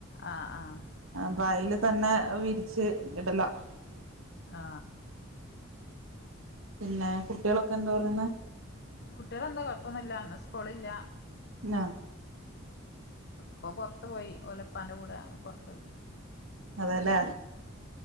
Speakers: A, on the left; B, on the right.
A: ആഹ് ആഹ്
B: അപ്പ
A: അങ്ങനെ
B: ആയിലു തന്നെ വിരി ശ്ശേ ഇടല <unintelligible>
A: ആ
B: പിന്നെ കുട്ട്യോളൊക് എന്ത് പറയുന്നേ
A: കുട്ടികളെന്താ കൊഴപ്പമൊന്നുമി ല്ലാന്നേ ഇസ്‌കൂളില്ല
B: ന
A: പ്പോ പുറത്തുപോയി ഓന്റെ ഉപ്പാന്റെ കൂടെ പുറത്തു പോയിക്കണ്ണ്
B: അതല്ലേ